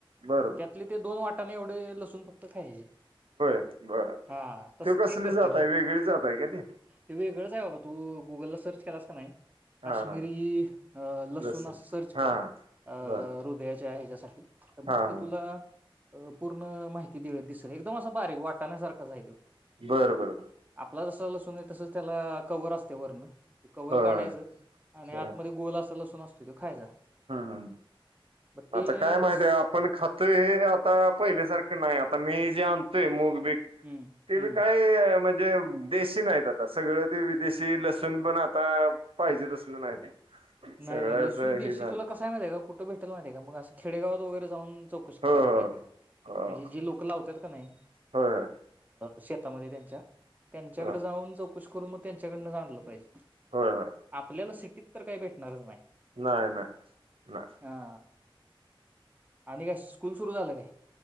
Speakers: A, on the right (about 75°); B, on the right (about 15°).
A: बरं बरं
B: त्यातले ते दोन वाटाने एवढे लसूण फक्त खायचे.
A: बर
B: हा तस
A: ते <unintelligible> कसली
B: करतोय
A: जातय वेगळी जातय का ते
B: ते वेगळंच आहे बाबा तू गुगलला सर्च केला का नाही काश्मिरी
A: हा हा
B: लसूून
A: लसण
B: अस सर्च
A: हा
B: कर. अ
A: बर
B: हृदयाचे आहे ह्याच्यासाठी तर मग
A: हा हा
B: ते तुला पूर्ण माहिती दि दिसल एकदम असा बारीक वाटण्यासारखाच आय तो.
A: बर बर बर
B: आपला जसं लसून तसंच त्याला कवर असते वरण ते कवर
A: होय
B: काढायचं. आणि
A: होय
B: आतमध्येध्ये
A: हम्म
B: गोल असा लसून न असतो तो खायचा.
A: हम्म
B: मग ते
A: आता काय माहिित
B: तस
A: आहेय आपण खातोय हे आता पहिल्यासारखं नाही आता मी जे आणतोय मग.
B: हम्म
A: ते
B: हम्म
A: काय म्हणजे. देशी नाहीत आता सगळ ते विदेशी लसूण पण आता पाहिजे त असल नाही.
B: नाही
A: सगळंच
B: नाही लसून देयशी
A: हे झालं
B: तुला कसाय मा आहे का कुठं भेटेल माहि आहे का मग असं. खेडेगावात वगैरे जाऊन चौकशी
A: हो
B: करायला
A: हो
B: पाहिजे
A: हो
B: म्हणजे जे लोक लावतात कनि
A: होय.
B: शेतामध्ये त्यांच्या त्यांच्याकडे
A: होय
B: जाऊन चौकशी करून मग त्यांच्याकडन आणलं पाहिजे.
A: होय होय
B: आपल्याला सिटीत तर काही भेटणारच नाही.
A: नाही नाही नाही.
B: हा. आणि काय स्कूल सुरू झालं काय?